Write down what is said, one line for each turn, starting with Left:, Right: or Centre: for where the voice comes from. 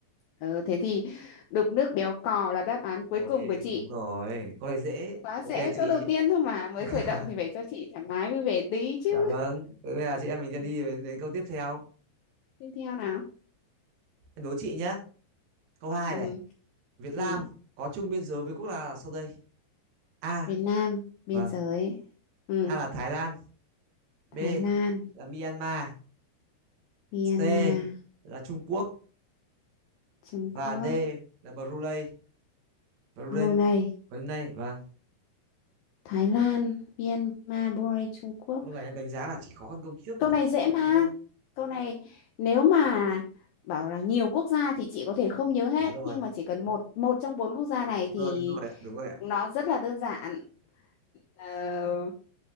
Left: Ừ, thế thì đục nước béo cò là đáp án cuối
Right: ôi
Left: cùng của chị.
Right: đúng rồi câu này dễ
Left: Quá
Right: ok
Left: dễ, câu
Right: chị
Left: đầu tiên thôi mà, mới
Right: <laughs>
Left: khởi động thì phải cho chị thoải mái vui vẻ tí chứ.
Right: dạ vâng thế bây giờ chị em mình sẽ
Left: Ừ,
Right: đi đến, đến câu tiếp theo
Left: Tiếp theo nào.
Right: em đố chị nhé câu hai
Left: Ừ.
Right: này Việt Nam
Left: Ừ.
Right: có chung biên giới với quốc gia nào sau đây A
Left: Việt Nam, biên
Right: vâng
Left: giới. Ừ.
Right: A là Thái Lan
Left: Thái
Right: B
Left: Lan,
Right: là Myanmar
Left: Myanmar,
Right: C là Trung Quốc
Left: Trung
Right: và
Left: Quốc,
Right: D là Brunei Brunei
Left: Brunei.
Right: Brunei vâng
Left: Thái Lan, Myanmar, Brunei, Trung Quốc.
Right: câu này em đánh giá là chỉ khó hơn câu trước
Left: Câu
Right: một
Left: này dễ
Right: tí
Left: mà.
Right: thôi
Left: Câu này nếu mà bảo là nhiều quốc gia thì chị có thể không nhớ hết
Right: đúng rồi
Left: nhưng mà chỉ cần một một trong bốn quốc gia này
Right: đúng
Left: thì
Right: rồi đúng rồi ạ, đúng rồi ạ.
Left: nó rất là đơn giản. Ờ,